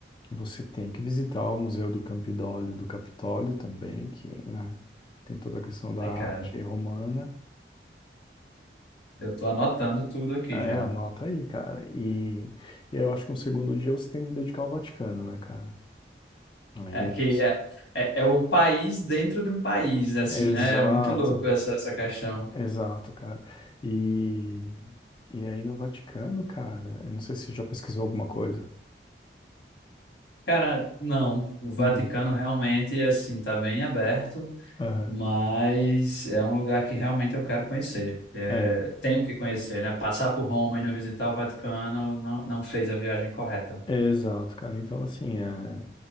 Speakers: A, on the left; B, on the left.
A: Você tem que visitar o Museu do Campidólio, do Capitólio também, que, né, tem toda a questão da
B: Ai, cara,
A: arte romana.
B: eu tô
A: É,
B: anotando tudo aqui
A: é,
B: já.
A: anota aí, cara. E eu acho que um segundo dia você tem que dedicar ao Vaticano, né, cara? Aí
B: É que
A: você.
B: é, é, é um país dentro de um país, assim,
A: Exato,
B: né? É muito louco essa, essa questão.
A: exato, cara. E, e aí no Vaticano, cara, eu não sei se você já pesquisou alguma coisa.
B: Cara, não. O Vaticano
A: Uhum.
B: realmente, assim, tá bem aberto,
A: Aham.
B: mas é um lugar que realmente eu quero conhecer. É,
A: é.
B: tenho que conhecer, né? Passar por Roma e não visitar o Vaticano não, não fez a viagem correta.
A: É, Exato, cara. Então, assim, é,